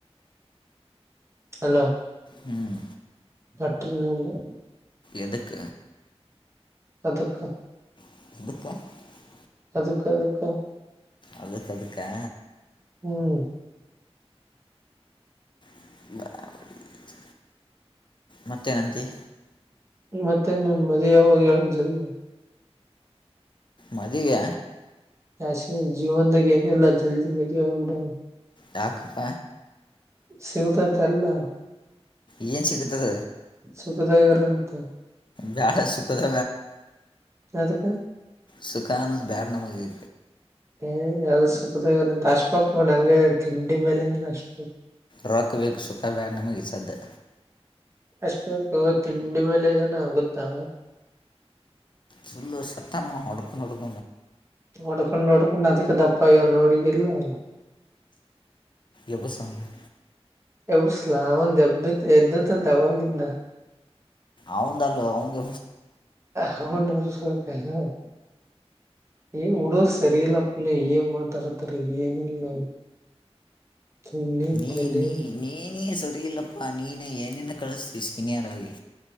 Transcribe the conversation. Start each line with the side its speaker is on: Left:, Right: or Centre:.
Right: ಹಲೋ
Left: ಹ್ಮ್
Right: ಪಟ್ಟರಿನಲ್ಲಿ
Left: ಎದುಕ್ಕ
Right: ಅದಕ್ಕ
Left: <inaudible>
Right: ಅದಕ್ಕದಕ್ಕ
Left: ಅದಕ್ಕೇ
Right: ಹ್ಮ್
Left: <inaudible> ಮತ್ತೇನಂತಿ
Right: ಮತ್ತೆ ನಿಮ್ ಮದ್ವ್ ಯಾವಾಗ ಹೇಳ್ ಜಲ್
Left: ಮದುವ್ಯ
Right: ಯಾಶ್ವಿ ಜೀವನ್ದಾಗ ಏನೆಲ್ಲಾ ಜಲ್ದಿ ಮದುವೆಯಾಗ್ಬಿಡ
Left: ಯಾಕಪ್ಪ
Right: ಸಿಗತೈತಲ್ಲ
Left: ಏನ್ ಸಿಗತದ
Right: ಸುಖದಾಗಿರಂತೆ
Left: ಬ್ಯಾಡ ಸುಖದ
Right: ಅದಕ್ಕೆ
Left: ಸುಖಾ ನನಗ್ ಬ್ಯಾಡ್ ನಮಗೆ
Right: ಹ ಎಲ್ಲ ಸುಖದ್ ನಿ ಹಸ್ಫಾಕ್ ನೋಡ ಹಂಗ ಹಗ್ಯಾನ್ ತಿಂಡಿ ಮೇಲೆ ಷ್ಟ
Left: ರೊಕ್ ಬೇಕ್ ಸುಖ ಬೇಡ್ ನಮ್ಗ್ ಸದ್ಯ
Right: ಅಷ್ಟಬೇಕ್ ತಿಂಡಿ ಮೇಲೆ ಇದಾನ ಆಗುತ್ತಾ
Left: ಸುಳ್ಳು ಸತ್ತಾನವಾ ಒಡುಕಡುಕ
Right: ಹೊಡ್ಕೊಂಡ್ ಹೊಡ್ಕೊಂಡ್ ಅದಕ್ಕೆ ದಪ್ಪಾಗ್ಯಾನ್ ನೋಡಿಗಿಲ್ಲ ಏನು
Left: ಎಬ್ಬುಸೋನ
Right: ಯಸ್ಲಾ ಒಂದ ಎ್ದ ಎ್ದ ಇಂತವಾಗಿಂದ
Left: ಅವಂದಲ್ಲ ಅವಂಗ
Right: ಹೌನು <inaudible> ಏನ್ ಉಡೋರ್ ಸರಿ ಇಲ್ಲಪ್ಪನ ಏನ್ ಮಾತಾಡ್ತರಿ ಏನ ಇಲ್ಲ ತುಣ್ಣೀ
Left: ನೀ
Right: ತೇಲಿ
Left: ನೀನೇ ನೀ ಸರಿ ಇಲ್ಲಪ್ಪಾ ನೀನ ಏನೇನ ಕಳಸ್ತೀ ಸೀನಿಯರ್ ಆಗಿ